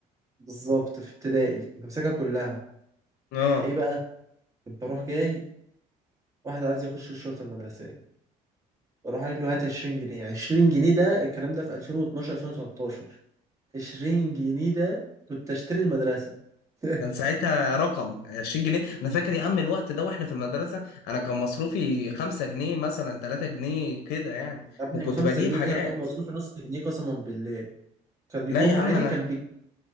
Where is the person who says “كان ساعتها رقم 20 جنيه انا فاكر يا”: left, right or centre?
Left